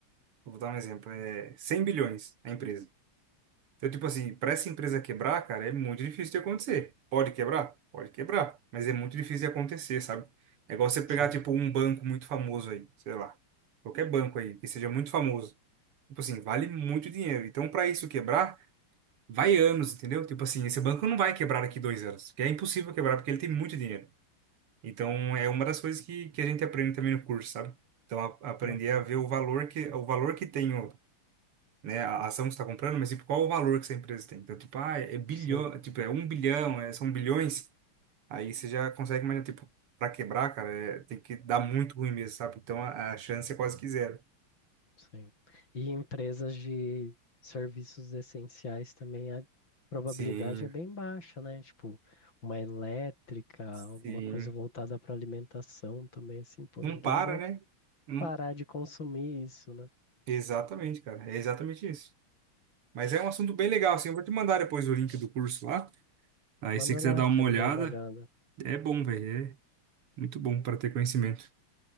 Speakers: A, on the right; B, on the left.
A: vou dar um exemplo, é 100 bilhões a empresa. Então, tipo assim, para essa empresa quebrar, cara, é muito difícil de acontecer. Pode quebrar? Pode quebrar, mas é muito difícil de acontecer, sabe? É igual você pegar
B: Sim.
A: tipo um banco muito famoso aí, sei lá, qualquer banco aí que seja muito famoso. Tipo assim, vale muito dinheiro. Então, para isso quebrar, vai anos, entendeu? Tipo assim, esse banco não vai quebrar daqui dois anos, porque é impossível quebrar, porque ele tem muito dinheiro. Então, é uma das coisas que, que a gente aprende também no curso, sabe? Então, a- aprender
B: Uhum.
A: a ver o valor que, o valor que tem o, né, a ação que você está comprando, mas tipo, qual o valor que essa empresa tem? Então, tipo, ah, é bilhão,
B: Sim.
A: tipo, é um bilhão, é- são bilhões, aí você já consegue imaginar, tipo, para quebrar, cara, é- tem que dar muito ruim mesmo, sabe? Então, a, a chance é quase que zero.
B: Sim. E empresas de serviços essenciais também a probabilidade
A: Sim,
B: é bem baixa, né? Tipo, uma elétrica, alguma
A: sim.
B: coisa voltada para alimentação também, assim, pô,
A: Não
B: ninguém
A: para,
B: vai
A: né? Não-
B: parar de consumir isso, né?
A: Exatamente, cara. É exatamente isso. Mas é um assunto bem legal, assim. Eu vou te mandar depois o link do curso lá. Aí
B: Manda
A: se você quiser
B: lá,
A: dar
B: quero
A: uma olhada,
B: dar uma olhada.
A: é bom, velho. É muito bom para ter conhecimento.